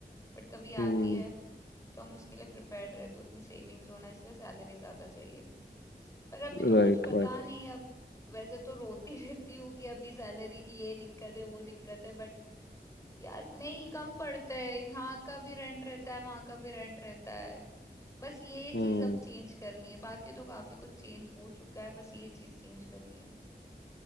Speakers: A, on the left (about 15°); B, on the left (about 85°).
A: बट कभी
B: हम्म
A: आती है तो हम उसके लिए प्रिपेयर्ड रहे तो उतनी सेविंग्स होना इसलिए सैलरी ज्यादा चाहिए पर अभी तो
B: Right
A: कुछ पता
B: right
A: नहीं है अब वैसे तो रोती <laughs> रहती हूँ कि अभी सैलरी की ये दिक्कत है वो दिक्कत है बट यार नहीं कम पड़ते हैं यहाँ का भी रेंट रहता है वहां का भी रेंट रहता है बस ये
B: हम्म
A: चीज अब चेंज करनी है बाकी तो काफी कुछ चेंज हो चुका है बस ये चीज चेंज करनी